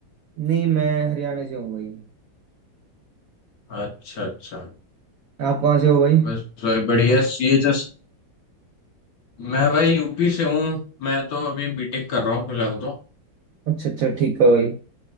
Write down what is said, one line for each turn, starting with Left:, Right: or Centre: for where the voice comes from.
Right: नहीं मैं हरियाणा से हूँ भाई
Left: अच्छा अच्छा
Right: आप कहाँ से हो भाई
Left: बस भाई बढ़िया सी जस मैं भाई यूपी से हूँ मैं तो अभी बीटेक कर रहा हूँ फिलहाल तो
Right: अच्छा अच्छा ठीक है भाई